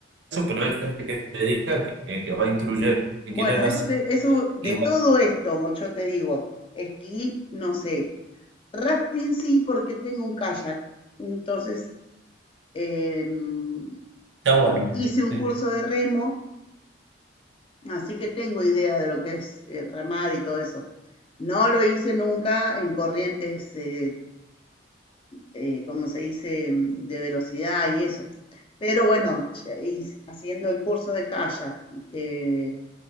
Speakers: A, on the right (about 70°); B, on the left (about 30°).
A: eso, pero hay gente que se dedica, que, que va a instruir, que
B: Bueno,
A: quieren
B: eso
A: hacer.
B: te, eso de
A: Igual
B: todo esto, yo te digo, esquí, no sé. Rafting sí, porque tengo un kayak. Entonces, em,
A: está bueno.
B: hice un
A: Sí,
B: curso de remo Así que tengo idea de lo que es eh, remar y todo eso. No lo hice nunca en corrientes, eh, eh, como se dice, mm, de velocidad y eso. Pero bueno, haciendo el curso de kayak eh,